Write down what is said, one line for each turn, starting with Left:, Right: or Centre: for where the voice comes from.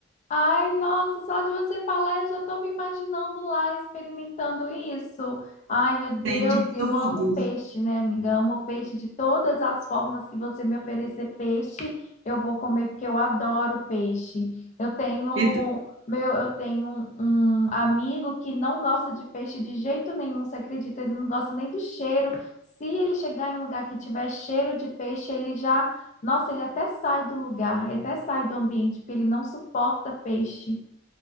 Left: Ai, nossa, só de você falar, eu já tô me imaginando lá experimentando isso. Ai, meu Deus,
Right: tem de
Left: e
Right: tudo.
Left: eu amo peixe, né, amiga? Amo peixe de todas as formas que você me oferecer peixe, eu vou comer porque eu adoro peixe. Eu tenho,
Right: E t-
Left: meu, eu tenho um, um amigo que não gosta de peixe de jeito nenhum, você acredita? Ele não gosta nem do cheiro. Se ele chegar em um lugar que tiver cheiro de peixe, ele já nossa, ele até sai do lugar, ele até sai do ambiente, porque ele não suporta peixe.